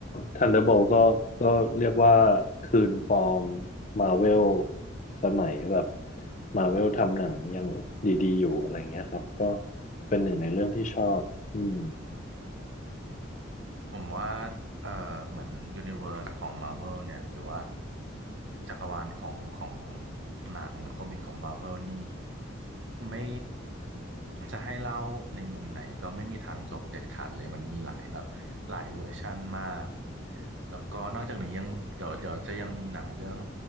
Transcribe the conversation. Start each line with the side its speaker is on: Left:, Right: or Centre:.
Left: Thunderbolt ก็ก็เรียกว่าคืนฟอร์มมาเวลสมัยแบบมาเวลทำหนังยังดีๆอยู่อะไรเงี้ยครับก็เป็นหนึ่งในเรื่องที่ชอบอืม
Right: ผมว่าเอ่อเหมือนยูนิเว s ร์สของ Marvel เนี่ย หรือว่าจักรวาลของของหนังหรือคอมิกของ Marvel นี่ไม่จะให้เล่าในมุมไหนก็ไม่มีทางจบเด็ดขาดเลย มันมีหลายแบบหลายเวอร์ชั่นมาก แล้วก็นอกจากนี้ยังเดี๋ยวเดี๋ยวจะยังมีหนังเรื่อง